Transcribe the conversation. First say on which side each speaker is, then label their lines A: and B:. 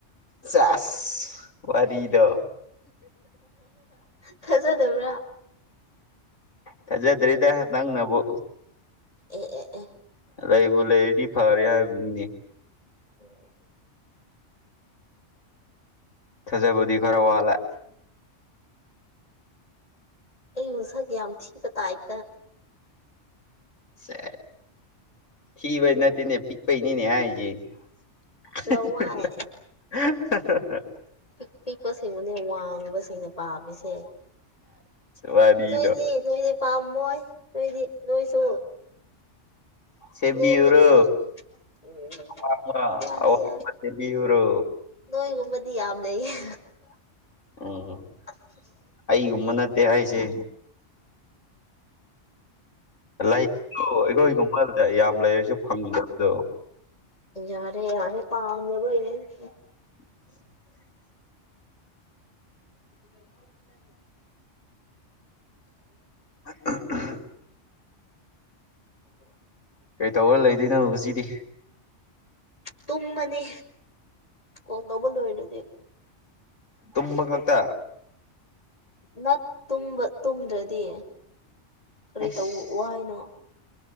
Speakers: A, on the left; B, on the left.
A: ꯆꯥꯁ ꯋꯥꯔꯤꯗꯣ
B: ꯊꯖꯗꯕ꯭ꯔ
A: ꯇꯖꯗ꯭ꯔꯤꯗ ꯅꯪ ꯅꯕꯨ
B: ꯑꯦ ꯑꯦ ꯑꯦ
A: ꯂꯩꯕꯨ ꯂꯩꯔꯗꯤ ꯐꯔꯦ ꯍꯥꯏꯕꯅꯤꯅꯦ
B: ꯎꯝ
A: ꯊꯖꯕꯗꯤ ꯈꯔ ꯋꯥꯠꯂꯦ
B: ꯑꯩꯕꯨ ꯁꯛ ꯌꯥꯝ ꯊꯤꯕ ꯇꯥꯏꯇ
A: ꯁ ꯊꯤꯕꯩ ꯅꯠꯇꯧꯅꯦ ꯄꯤꯛꯄꯩꯅꯤꯅꯦ ꯍꯥꯏꯖꯦ <unintelligible>
B: ꯂꯋꯥꯏ ꯄꯤꯛ ꯄꯤꯛꯄꯁꯤ ꯃꯟꯅ ꯋꯥꯉ ꯋꯥꯡꯕꯁꯤꯡꯅ ꯄꯥꯝꯃꯤꯁꯦ
A: ꯋꯥꯔꯤꯗꯣ
B: ꯅꯣꯏꯗꯤ ꯅꯣꯏꯗꯤ ꯄꯥꯝꯃꯣꯏ ꯅꯣꯏꯗꯤ ꯅꯣꯏꯁꯨ
A: ꯁꯦꯝꯕꯤꯌꯨꯔꯣ
B: ꯂꯦꯝꯕꯅꯤꯅ ꯎꯝ
A: ꯑꯋꯥꯡꯕ
B: ꯌꯥꯔꯦ
A: ꯑꯋꯥꯡꯕ
B: ꯌꯥꯔꯦ
A: ꯁꯦꯝꯕꯤꯌꯨꯔꯣ
B: ꯅꯣꯏꯒꯨꯝꯕꯗꯤ ꯌꯥꯝ ꯂꯩꯌꯦ
A: ꯎꯝ
B: ꯎ
A: ꯑꯩ ꯑꯩꯒꯨꯝꯕ ꯅꯠꯇꯦ ꯍꯥꯏꯁꯦ ꯂꯩꯗꯨ ꯑꯩꯈꯣꯏꯒꯨꯝꯕꯗ ꯌꯥꯝ ꯂꯩꯔꯁꯨ ꯐꯪꯗꯕꯗꯣ
B: ꯌꯥꯔꯦ ꯌꯥꯔꯦ ꯄꯥꯗꯕꯩꯅꯦ ꯑꯩꯅ
A: <inaudible>
B: <unintelligible> <inaudible>
A: ꯑ <inaudible>
B: <inaudible>
A: ꯀꯩꯇꯧꯔ ꯂꯩꯗꯣꯏꯅꯣ ꯉꯖꯤꯗꯤ
B: ꯇꯨꯝꯃꯅꯤ ꯀꯣꯜ ꯇꯧꯕ ꯂꯣꯏꯔꯗꯤ
A: ꯇꯨꯝꯕ ꯈꯛꯇ
B: ꯅꯠ ꯇꯨꯝꯕ ꯇꯨꯝꯗ꯭ꯔꯗꯤ ꯀꯔꯤ
A: ꯑꯁ
B: ꯇꯧꯑꯣ ꯍꯥꯏꯅꯣ